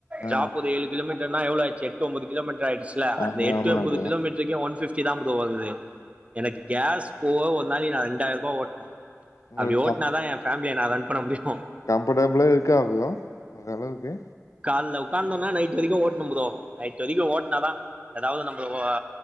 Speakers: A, on the left; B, on the right.
A: ஆ
B: ட்ராப் ஒரு ஏளு கிலோமீடர்னா எவ்ளோ ஆச்சு எட்டு ஒம்போது கிலோமீட் ஆய்டுசில
A: ஆமா
B: அதுல எட்டு
A: ஆமா
B: ஒம்பது
A: ப்ரோ
B: கிலோமீட்ருகே ஒன் ஃபிஃப்டி தா ப்ரோ வருது எனக்கு கேஸ் போக ஒரு நாளிக்கி நா ரெண்டாயிரூபா ஓட்னு
A: உங்களுக்கு
B: அப்டி ஓட்னா
A: கம்
B: தா ஏ ஃபேமிலிய நா ரன் பண்ண முடியு
A: கம்ஃபர்டபுளா இருக்கா ப்ரோ ஓரளவுக்கு
B: கால்ல உட்காந்தோனா நைட் வரிக்கு ஓட்னு ப்ரோ நைட் வரிக்கு ஓட்னாதா எதாவ்து நம்பள ஆ